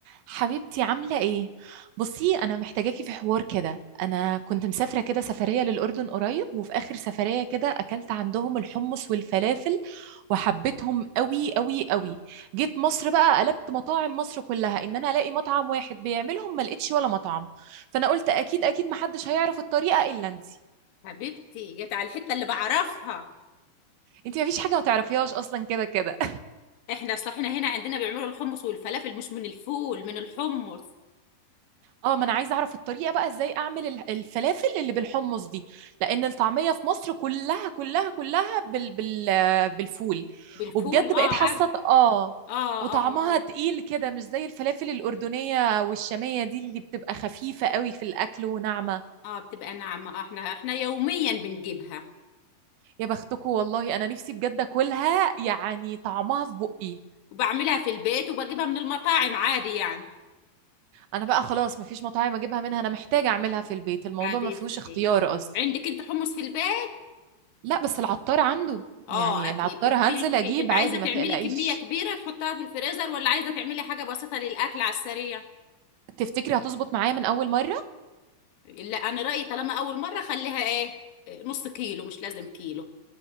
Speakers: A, on the right (about 80°); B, on the left (about 75°).
A: حبيبتي عاملة ايه؟ بصي انا محتاجاكي في حوار كده انا كنت مسافرة كده سفرية للأردن قريب وفي آخر سفرية كده اكلت عندهم الحمص والفلافل وحبيتهم قوي قوي قوي جيت مصر بقى قلبت مطاعم مصر كلها ان انا الاقي مطعم واحد بيعملهم ما لقيتش ولا مطعم فانا قلت اكيد اكيد محدش هيعرف الطريقة الا انتي
B: حبيبتي جت على الحتة اللي بعرفها
A: انتي مفيش حاجة ما تعرفيهاش اصلا كده كده
B: احنا اصل احنا هنا عندنا بيعملوا الحمص والفلافل مش من الفول من الحمص
A: اه ما انا عايزه اعرف الطريقه بقى ازاي اعمل ال- الفلافل اللي بالحمص دي لان الطعميه في مصر كلها كلها كلها بال بال آه، بالفول
B: بالفول
A: وبجد
B: اه
A: بقيت حاسه
B: عارف
A: اه
B: اه اه
A: وطعمها
B: اه
A: تقيل كده مش زي الفلافل الاردنيه والشاميه دي اللي بتبقى خفيفه قوي في الاكل وناعمه
B: اه بتبقى ناعمة اه احنا احنا يوميا بنجيبها
A: يا بختكم والله انا نفسي بجد اكلها يعني طعمها في بقي
B: وبعملها في البيت وبجيبها من المطاعم عادي يعني
A: انا بقى خلاص مفيش مطاعم اجيبها منها انا محتاجه اعملها في البيت الموضوع
B: حبيبتي
A: ما فيهوش اختيار اصلا
B: عندك انت حمص في البيت
A: لا بس العطار عنده
B: اه
A: يعني
B: اكيد
A: العطار
B: بتجيبي
A: هنزل
B: لك
A: اجيب
B: إيه؟ انت عايزة
A: عادي
B: تعملي
A: ما تقلقيش
B: كمية كبيرة تحطها في الفريزر ولا عايزة تعملي حاجة بسيطة للأكل على السريع
A: تفتكري هتظبط معايا من اول مره
B: لا انا رأيي طالما اول مرة خليها ايه نص كيلو مش لازم كيلو